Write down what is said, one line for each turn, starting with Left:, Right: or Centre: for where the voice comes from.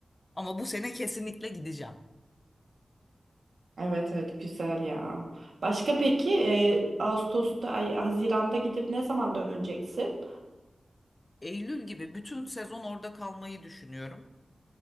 Left: Ama bu sene kesinlikle gideceğim.
Right: Evet evet güzel ya. Başka peki e, Ağustos'ta ay Haziran'da gidip ne zaman döneceksin?
Left: Eylül gibi bütün sezon orada kalmayı düşünüyorum.